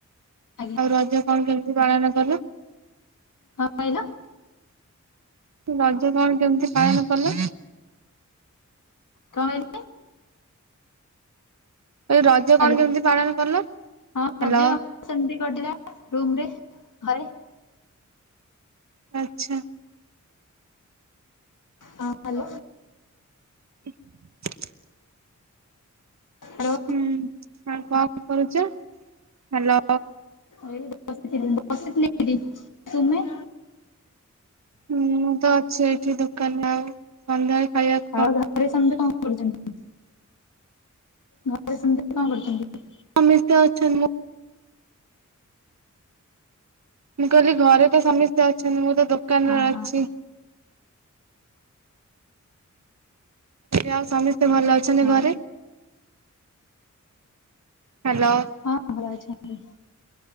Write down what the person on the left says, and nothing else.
ଆଜ୍ଞା।
କଣ କହିଲ?
କଣ କହିଲେ?
ହ୍ୟାଲୋ
ହଁ
ରଜ ସେମିତି କଟିଲା ରୁମ୍ରେ, ଘରେ?
ହଁ ହ୍ୟାଲୋ?
ହ୍ୟାଲୋ
ଏଇ ବସିଥିଲି ବସିଥିଲି ଏଇଟି, ତୁମେ?
ଆଉ ଘରେ ସମେତେ କଁ କରୁଚନ୍ତି ଘରେ ସମେତେ କଁ କରୁଚନ୍ତି?
ଅ ହଁ
ହଉ
ହଁ ଭଲ ଅଛନ୍ତି।